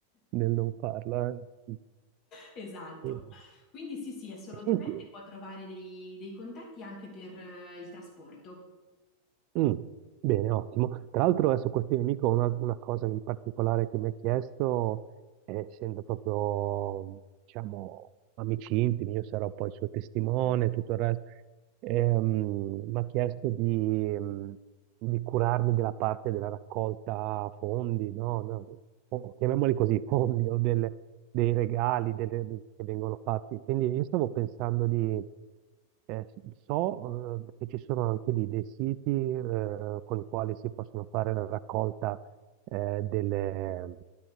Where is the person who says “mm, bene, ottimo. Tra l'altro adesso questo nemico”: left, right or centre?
Right